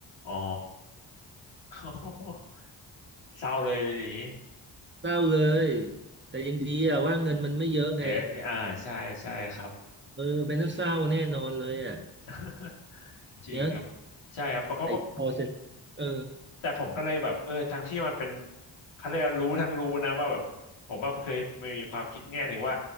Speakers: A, on the left; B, on the right.
A: อ๋อ <laughs> เศร้าเลยเลยอย่างนี้
B: เศร้าเลยแต่ยังดีอะว่าเงินมันไม่เยอะไง
A: เดี๋ยวอ่าใช่ใช่ครับ
B: เออเป็นเศร้าแน่นอนเลยอ่ะ
A: <laughs> จริงครับ
B: เนอะ
A: ใช่ครับเพราะเขาก็
B: ไอ้ call c e n r เออ
A: แต่ผมก็เลยแบบเออทั้งที่มันเป็นเขาเรียกว่ารู้ทั้งรู้นะว่าแบบผมว่เคยมีความคิดแง่หนึ่งว่า